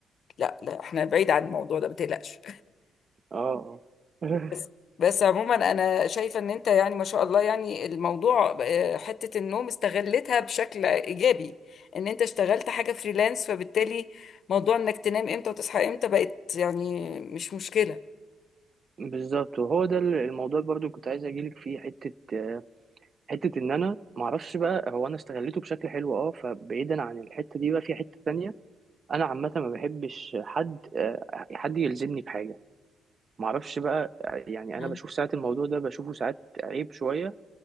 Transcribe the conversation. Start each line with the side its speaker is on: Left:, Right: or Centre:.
Left: لا لا احنا بعيد عن الموضوع ده ما تقلقش
Right: اه اه
Left: <laughs>
Right: <laughs>
Left: بس بس عموما انا شايفه ان انت يعني ما شاء الله يعني الموضوع آه، حته النوم استغلتها بشكل ايجابي ان انت اشتغلت حاجه فريلانس فبالتالي موضوع انك تنام امتى وتصحى امتى بقت يعني مش مشكله
Right: بالظبط وهو ده ال- الموضوع برضو كنت عايز اجيلك فيه حته آه، حته ان انا معرفش بقى هو انا استغليته بشكل حلو اه فبعيدا عن الحته دي بقى في حته تانية انا عامه ما بحبش حد آه، حد يلزمني بحاجه ما اعرفش بقى آه، يعني
Left: مم.
Right: انا بشوف ساعات الموضوع ده بشوفه ساعات عيب شويه